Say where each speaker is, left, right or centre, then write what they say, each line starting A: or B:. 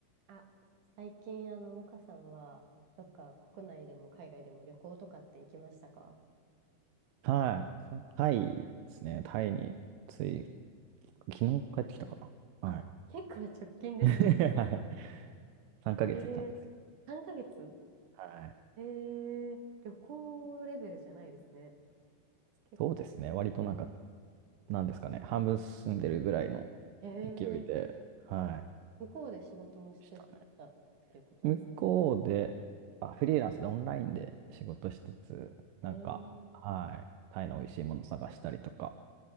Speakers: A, on the right; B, on the right.
A: あ、最近、あの、岡さんは、どっか国内でも海外でも旅行とかって行きましたか
B: はい。さタイですね。タイについ、昨日帰ってきたかな。
A: あ、
B: はい。
A: 結構直近ですね。
B: <laughs> はい。3ヶ月いたんですよ。
A: <laughs> えー、3ヶ月
B: はい。
A: えー、旅行レベルじゃないですね。結構。
B: そうですね。割となんか、なんですかね。半分住んでるぐらいの
A: え
B: 勢いで、
A: ー、
B: はい。
A: 向こうで仕事もしてたっていうことです。
B: したね。向こうで、あ、フリーランスでオンラインで仕事しつつ、
A: えー、
B: なんか、はい。タイの美味しいもの探したりとか。